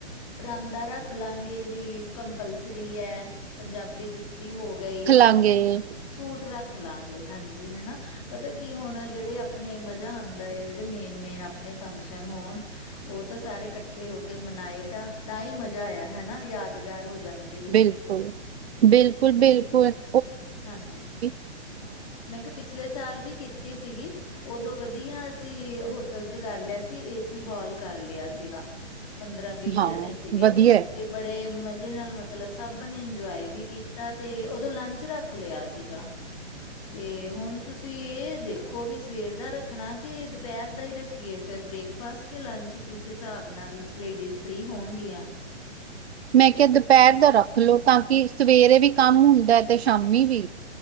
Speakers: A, on the left (about 30°); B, on the right (about 65°).
A: ਪਰਾਂਦਾ ਰੱਖ ਲਾਂਗੇ ਵੀ ਕੰਪਲਸਰੀ ਐ, ਪੰਜਾਬੀ ਜੁੱਤੀ ਹੋ ਗਈ।
B: ਆਂ ਗੇ।
A: ਸੂਟ ਰੱਖ ਲਾਂਗੇ ਹਾਂਜੀ ਹਨਾ, ਪਤਾ ਕੀ ਹੁਣ ਜੇੜੇ ਅਪ ਆਪਣੇ ਮਜ਼ਾ ਆਂਦਾ ਏ, ਜੜੇ ਮੇਨ-ਮੇਨ ਆਪਣੇ ਫੰਕਸ਼ਨ ਹੋਣ। ਓ ਤਾਂ ਸਾਰੇ ਕੱਠੇ ਹੋ ਕੇ ਮਨਾਏ ਤਾਂ, ਤਾਂ ਈ ਮਜ਼ਾ ਆ ਹਨਾ ਯਾਦਗਾਰ ਹੋ ਜਾਂਦੇ।
B: ਬਿਲਕੁਲ-ਬਿਲਕੁਲ-ਬਿਲਕੁਲ।
A: ਹਾਂਜੀ।
B: <inaudible>
A: ਮੈਂ ਕਿਆ ਪਿਛਲੇ ਸਾਲ ਵੀ ਕੀਤੀ ਸੀਗੀ। ਓਦੋਂ ਵਧੀਆ ਅਸੀਂ ਹੋਟਲ 'ਚ ਕਰ ਲਿਆ ਸੀ, ਏਸੀ ਹਾਲ ਕਰ ਲਿਆ ਸੀਗਾ। ਪੰਦਰਾਂ ਵੀਅ
B: ਹਾਂ
A: ਜਾਣੇ ਸੀਗੇ
B: ਵਧੀਆ ਹੈ।
A: ਤੇ। ਬੜੇ ਮਜ਼ੇ ਨਾਲ ਮਤਲਬ ਸਭ ਨੇ ਇੰਜੋਏ ਵੀ ਕੀਤਾ, ਤੇ ਉਦੋਂ ਲੰਚ ਰੱਖ ਰੱਖ ਲਿਆ ਸੀਗਾ 'ਤੇ ਹੁਣ ਤੁਸੀਂ ਏ ਦੇਖੋ ਕੋ ਵੀ ਸਵੇਰ ਦਾ ਰੱਖਣਾ ਕੀ ਦਪੈਰ ਦਾ ਈ ਰੱਖੀਏ, ਫੇਰ ਬ੍ਰੇਕਫਾਸਟ ਕੇ ਲੰਚ ਕਿਸ ਸਾਬ ਨਾਲ। ਲੇਡੀਜ਼ ਫ੍ਰੀ ਹੋਣਗੀਆਂ।
B: ਮੈਂ ਕਿਆ ਦਪੈਰ ਦਾ ਰੱਖ ਲੋ ਤਾਂ ਕਿ ਸਵੇਰੇ ਵੀ ਕੰਮ ਹੁੰਦਾ ਤੇ ਸ਼ਾਮੀ ਵੀ।